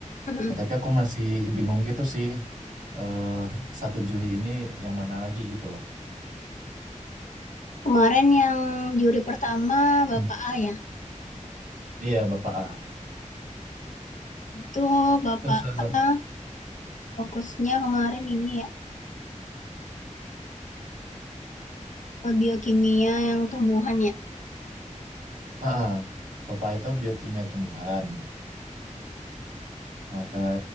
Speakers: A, on the left; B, on the right.
A: mm.
B: Nah, tapi aku masih bingung gitu sih eh satu juri ini yang mana lagi gitu loh.
A: Kemarin yang juri pertama Bapak
B: Hmm.
A: A ya.
B: Iya Bapak A.
A: Itu Bapak
B: Terus eh,
A: A fokusnya kemarin ini ya ke biokimia yang tumbuhan ya.
B: ah, ah, Bapak A itu biokimia tumbuhan. Nah, te-